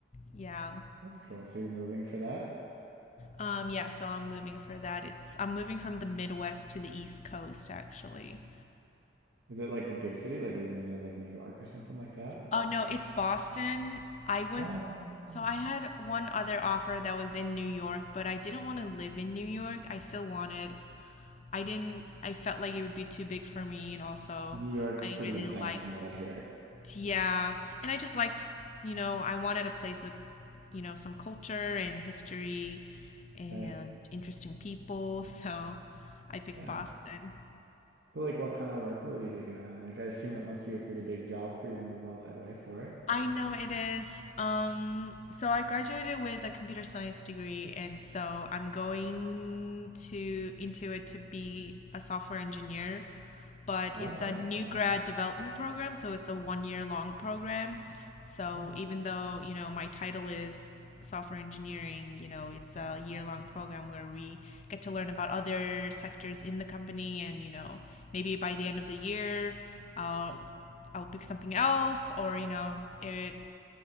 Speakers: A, on the left (about 35°); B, on the right (about 60°).
A: Yeah.
B: That's cool. So you're moving for that?
A: Um, yeah, so I'm moving for that. It's I'm moving from the Midwest to the East Coast, actually.
B: Is it like a big city? Like are you moving to like New York or something like that?
A: Oh no, it's Boston. I was
B: Oh, okay. Nice.
A: so I had one other offer that was in New York, but I didn't want to live in New York. I still wanted. I didn't I felt like it would be too big for me and also
B: New York's
A: I
B: pretty
A: really
B: intense
A: liked
B: from what I hear,
A: yeah, and I just liked, you know, I wanted a place with, you know, some culture and history and
B: right?
A: interesting people, <laughs> so I picked
B: Yeah.
A: Boston.
B: So like what kind of work will you be doing? Like I assume it must be a pretty big job for you to move all that way for it.
A: I know it is. Um, so I graduated with a computer science degree, and so I'm going to into it to be a software engineer but
B: Okay.
A: it's a new
B: Well,
A: grad development program, so it's a one year long program. So
B: nice.
A: even though, you know, my title is software engineering, you know, it's
B: Mhm.
A: a year long program where we get to learn about other sectors in the company and, you know, maybe by the end of the year, I'll I'll pick something else or, you know, it